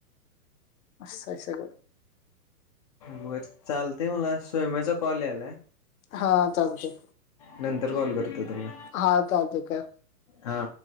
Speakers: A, on the left; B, on the left.
A: असय सगळ.
B: बर चालतेय मला स्वयमा्याचा कॉल यायलाय!
A: हा चालतय,
B: नंतर कॉल करतो तुला
A: हा चालतंय.
B: हा.